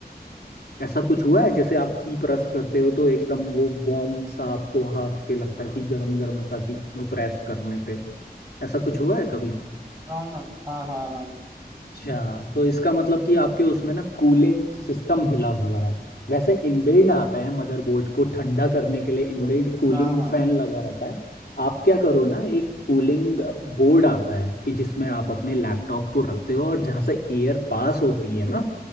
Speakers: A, on the left; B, on the right.
A: ऐसा कुछ हुआ है जैसे आप की प्रेस करते हो तो एकदम वो वार्म सा आपको हाथ पे लगता है कि गर्म गर्म सा की की प्रेस करने पे ऐसा कुछ हुआ है कभी
B: हाँ हाँ हाँ हाँ
A: अच्छा तो इसका मतलब कि आपके उसमें ना कूलिंग सिस्टम हिला हुआ है वैसे इनबिल्ड आता है मदरबोर्ड को ठंडा करने के लिए इनबिल्ड कूलिंग
B: हाँ हाँ
A: फैन लगा रहता है आप क्या करो ना एक कूलिंग बोर्ड आता है कि जिसमें आप अपने लैपटॉप को रखते हो और जहाँ से एयर पास होती है ना